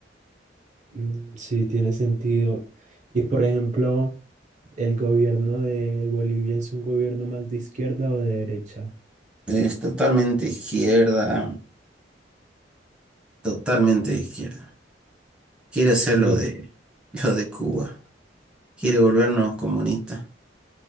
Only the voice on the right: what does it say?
Mm, Sí, tiene sentido. Y por ejemplo, ¿el gobierno de Bolivia es un gobierno más de izquierda o de derecha?
Sí,